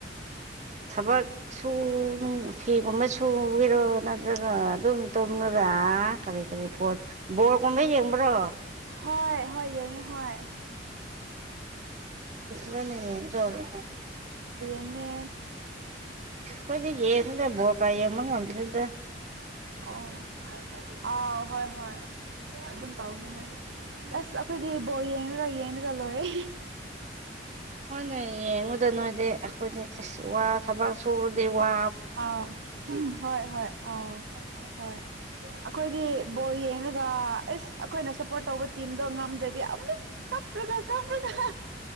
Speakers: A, on the right; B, on the right.
A: ꯊꯕꯛ ꯁꯨ ꯐꯤꯒꯨꯝꯕ ꯁꯨꯕꯤꯔꯣ ꯅꯠꯇ꯭ꯔꯒ ꯑꯗꯨꯝ ꯇꯝꯃꯒ ꯀꯔꯤ ꯀꯔꯤ ꯐꯠ ꯕꯣꯔꯒꯨꯝꯕ ꯌꯦꯡꯕ꯭ꯔꯣ
B: ꯍꯣꯏ ꯍꯣꯏ ꯌꯦꯡꯉꯦ ꯍꯣꯏ
A: ꯅꯤ ꯂꯩꯔ
B: ꯑꯩꯉꯦ
A: ꯀꯣꯏ ꯊ ꯌꯦ ꯅꯠꯇ ꯣ ꯀꯥꯏ ꯃꯅ ꯉꯗ ꯅ
B: ꯑꯣ ꯑ ꯍꯣꯏ ꯍꯣꯏ ꯑꯗꯨꯝ ꯇꯅꯦ ꯅꯣꯏ ꯑꯁ ꯑꯩꯈꯣꯏꯗꯤ ꯕꯣꯔ ꯌꯦꯡꯉꯔ ꯌꯦꯡꯉꯒ ꯂꯣꯏꯔꯦ
A: ꯍꯣꯏꯅꯦ ꯌꯦꯡꯉꯨꯗ ꯅꯣꯏꯗꯤ ꯑꯩꯈꯣꯏꯗꯤ ꯑꯁ ꯋꯥ ꯊꯕꯛ ꯁꯨꯔꯗꯤ ꯋꯥ
B: ꯑꯥꯎ ꯍꯣꯏ-ꯍꯣꯏ ꯑꯥꯎ ꯍꯣꯏ ꯑꯈꯣꯏꯗꯤ ꯕꯣꯜ ꯌꯦꯡꯔꯒ ꯏꯁ ꯑꯈꯣꯏꯅ ꯁꯞꯄꯣꯔꯠ ꯇꯧꯕ ꯇꯤꯝꯗꯣ ꯉꯝꯗ꯭ꯔꯗꯤ ꯑꯃꯨꯛ ꯀꯞꯔꯒ ꯀꯞꯔꯒ